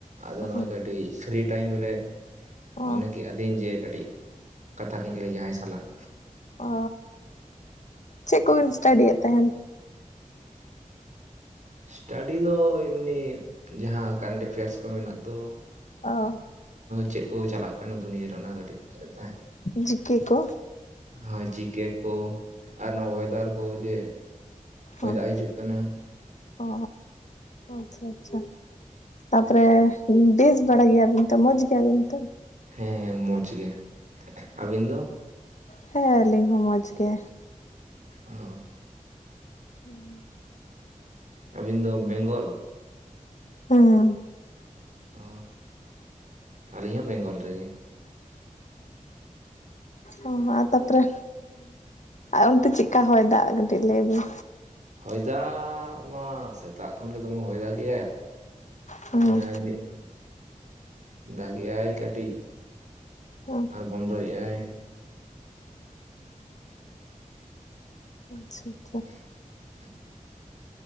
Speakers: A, on the right; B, on the left.
A: ᱟᱫᱚ
B: ᱚ
A: ᱱᱚᱜᱚᱭ ᱠᱟᱹᱴᱤᱡ᱾ ᱯᱷᱨᱤ ᱴᱟᱭᱤᱢ ᱨᱮ
B: ᱚ
A: ᱢᱚᱱᱮ ᱠᱮᱜᱼᱟ ᱞᱤᱧ ᱡᱮ ᱠᱟᱹᱴᱤᱡᱼᱼ ᱠᱟᱛᱷᱟ ᱱᱤᱠ ᱞᱮ ᱡᱟᱦᱟᱸᱭ ᱥᱟᱞᱟᱜ᱾
B: ᱚ ᱪᱮᱫ ᱠᱚᱵᱤᱱ ᱥᱴᱟᱰᱤᱭᱮᱫ ᱛᱟᱦᱮᱱ?
A: ᱥᱴᱟᱰᱤ ᱫᱚ ᱮᱢᱱᱤ ᱡᱟᱦᱟᱸ ᱠᱟᱨᱮᱱᱴ ᱮᱯᱷᱮᱭᱟᱨᱥ ᱠᱚ ᱢᱮᱱᱟᱜ ᱫᱚ᱾
B: ᱚᱻ
A: ᱪᱮᱫ ᱠᱚ ᱪᱟᱞᱟᱜ ᱠᱟᱱᱟ ᱫᱩᱱᱭᱟᱹᱨ ᱨᱮ ᱚᱱᱟ ᱠᱟᱹᱴᱤᱡ ᱧᱮᱞᱮ ᱛᱟᱦᱮᱸᱱ᱾
B: ᱡᱤᱠᱮ ᱠᱚ
A: ᱦᱚᱭ ᱡᱤᱠᱮ ᱠᱚ ᱟᱨ ᱱᱚᱣᱟ ᱚᱭᱮᱫᱟᱨ ᱠᱚ ᱡᱮ ᱦᱚᱭ
B: ᱚ
A: ᱫᱟᱜ ᱦᱤᱡᱩᱜ ᱠᱟᱱᱟ᱾
B: ᱚ ᱟᱪᱪᱷᱟ ᱟᱪᱪᱷᱟ ᱛᱟᱯᱚᱨᱮ ᱵᱮᱥ ᱵᱟᱲᱟ ᱜᱮᱭᱟᱢ᱾ ᱮ ᱢᱚᱡᱽ ᱜᱮᱭᱟ ᱵᱤᱱ ᱛᱚ,
A: ᱦᱮᱸ ᱦᱮᱸ ᱢᱚᱡᱽ ᱜᱮ᱾ ᱟᱹᱵᱤᱱ ᱫᱚ
B: ᱦᱩᱸ ᱟᱹᱞᱤᱧ ᱦᱚᱸ ᱢᱚᱡᱽ ᱜᱮ᱾
A: ᱚᱻ
B: <unintelligible>
A: ᱟᱹᱵᱤᱱ ᱫᱚ ᱵᱮᱝᱜᱚᱞ?
B: ᱦᱩᱸᱻ
A: ᱚ ᱟᱹᱞᱤᱧ ᱦᱚᱸ ᱵᱮᱝᱜᱚᱞ ᱨᱮᱜᱮ᱾
B: ᱦ <inaudible> ᱚ ᱛᱟᱯᱚᱨᱮ ᱚᱱᱛᱮ ᱪᱮᱫᱠᱟ ᱦᱚᱭ ᱫᱟᱜ ᱠᱟᱹᱴᱤᱡ ᱞᱟᱹᱭ ᱵᱤᱱ
A: ᱦᱚᱭ ᱫᱟᱜ ᱢᱟ ᱥᱮᱛᱟᱜ ᱠᱷᱚᱱ ᱜᱮ ᱫᱚᱢᱮ ᱦᱚᱭ ᱫᱟᱜ ᱠᱮᱜᱼᱟᱭ᱾
B: ᱦᱮᱸ
A: <unintelligible> ᱫᱟᱜᱮ-ᱟᱭ ᱠᱟᱹᱴᱤᱡ
B: ᱚ
A: ᱟᱨ ᱵᱚᱱᱫᱚᱭᱮᱜᱼᱟᱭ᱾
B: ᱟᱪᱪᱷᱟ ᱟᱪᱪᱷᱟ᱾
A: <inaudible>